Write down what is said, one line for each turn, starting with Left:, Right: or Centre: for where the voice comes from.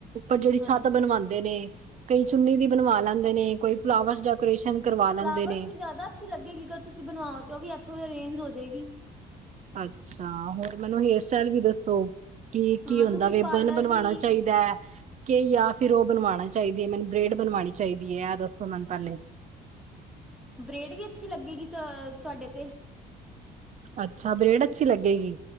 Right: ਪਰ ਜਿਹੜੀ ਛਤ
Centre: ਹਾਂਜੀ
Right: ਬਣ ਬਣਵਾਂਦੇ ਨੇ ਕਈ ਚੁੰਨੀ ਦੀ ਬਣਵਾ ਲੈਂਦੇ ਨੇ ਕੋਈ ਫਲਾਵਰ ਡੈਕੋਰੇਸ਼ਨ ਕਰਵਾ
Centre: ਫਲਾਵਰਸ
Right: ਲੈਂਦੇ ਨੇ
Centre: ਦੀ ਜ਼ਿਆਦਾ ਅਛੀ ਲਗੇਗੀ ਅਗਰ ਤੁਸੀ ਬਣਵਾਓ ਤੇ ਉਹ ਵੀ ਇਥੋਂ ਅਰੇਂਜ ਹੋ ਜੇਗੀ
Right: ਅਛਾ ਹੋਰ ਮੈਨੂੰ ਹੇਅਰ ਸਟਾਈਲ ਵੀ ਦਸੋ ਕੀ
Centre: ਹਾਂ
Right: ਕੀ ਹੁੰਦਾ
Centre: ਤੁਸੀਂ
Right: ਵੇ
Centre: ਪਾਰਲਰ
Right: ਬਨ ਬਣਵਾਣਾ
Centre: ਵੀ
Right: ਚਾਈਦਾ ਐ ਕੇ ਯਾ ਫਿਰ ਉ ਬਣਵਾਣਾ ਚਾਹੀਦੀ ਹੈ ਮੈਨੂੰ ਗ੍ਰੇਡ ਬਣਵਾਣੀ ਚਾਈਦੀ ਐਂ? ਇਹ ਦੱਸੋ ਮੈੰਨ ਪੈਲੇ
Centre: ਬ੍ਰੇਡ ਵੀ ਅੱਛੀ ਲੱਗੇਗੀ ਤ ਤੁਹਾਡੇ ਤੇ
Right: ਅੱਛਾ ਬ੍ਰੇਡ ਅੱਛੀ ਲੱਗੇਗੀ